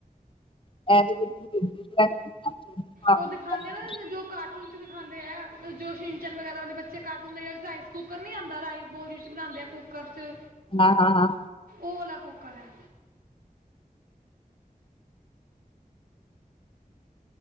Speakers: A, on the left (about 35°); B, on the right (about 75°).
A: <unintelligible> ਹਾਂ
B: ਉਹ ਦਿਖਾਂਦੇ ਨਾ ਜੋ ਘੱਟ ਕਾਰਟੂਨ ਚ ਵੀਖ ਖਾਂਦੇ ਹੈ ਜੋ ਵਗੈਰਾ ਬੱਚੇ ਕਾਰਟੂਨ ਰਾਈਸ ਕੁੂਰ ਨੀ ਆਦਾ ਰਾਈਸ ਬੋਲ ਚ ਬਣਾਦੇ ਹੈ ਕੁੂੱਕਰ ਚ
A: ਹਾਂ ਹਾਂ ਹਾਂ
B: ਓਲਾ ਕੁਕਰ ਹੈ।